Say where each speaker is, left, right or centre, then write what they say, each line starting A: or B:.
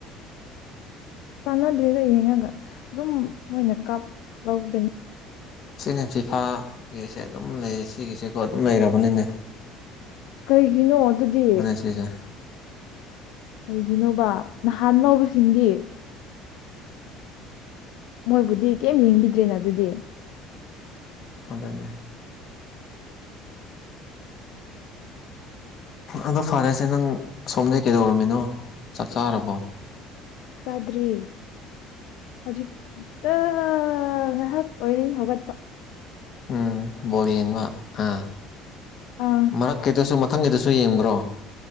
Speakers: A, on the left; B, on the left.
A: ꯀꯥꯟꯅꯗ꯭ꯔꯤꯒ ꯌꯦꯡꯉꯒ ꯑꯗꯨꯝ ꯃꯣꯏꯅ ꯀꯥꯞ ꯂꯧꯔꯤꯕꯅꯤ
B: ꯁꯤꯅꯦ ꯐꯤꯐꯥꯒꯤꯁꯦ ꯑꯗꯨꯝ ꯂꯩꯌꯦ ꯁꯤꯒꯤꯁꯦꯀꯣ ꯑꯗꯨꯝ ꯂꯩꯔꯕꯅꯤꯅꯦ
A: ꯀꯩꯒꯤꯅꯣ ꯑꯗꯨꯗꯤ
B: ꯁꯦꯁꯦ
A: ꯀꯩꯒꯤꯅꯣꯕ ꯅꯍꯥꯟ ꯂꯥꯎꯕꯁꯤꯡꯗꯤ ꯃꯣꯏꯕꯨꯗꯤ ꯀꯩꯝ ꯌꯦꯡꯕꯤꯗ꯭ꯔꯦꯅ ꯑꯗꯨꯗꯤ
B: ꯑꯗꯨꯗꯅꯦ ꯑꯗꯣ ꯐꯔꯁꯦ ꯅꯪ ꯁꯁꯣꯝꯗꯒꯤꯩ ꯀꯩꯗꯧꯔꯃꯤꯅꯣ ꯆꯥꯛ ꯆꯥꯔꯕꯣ
A: ꯆꯥꯗ꯭ꯔꯤ ꯍꯧꯖꯤꯛꯇ ꯉꯥꯏꯍꯥꯛ ꯑꯣꯏꯔꯤ ꯍꯧꯒꯠꯄ
B: ꯎꯝ ꯕꯣꯔ ꯌꯦꯡꯕ ꯑꯥ
A: ꯑꯥ
B: ꯃꯔꯛꯀꯤꯗꯁꯨ ꯃꯊꯪꯒꯤꯗꯁꯨ ꯌꯦꯡꯕ꯭ꯔꯣ